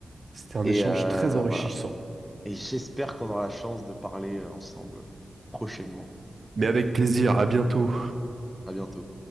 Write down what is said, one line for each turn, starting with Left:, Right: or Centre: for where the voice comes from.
Right: c'était un
Centre: Et
Right: échange
Centre: euh,
Right: très enrichissant.
Centre: voilà. Et j'espère qu'on aura la chance de parler euh, ensemble prochainement.
Right: Mais avec plaisir, à bientôt.
Centre: À bientôt.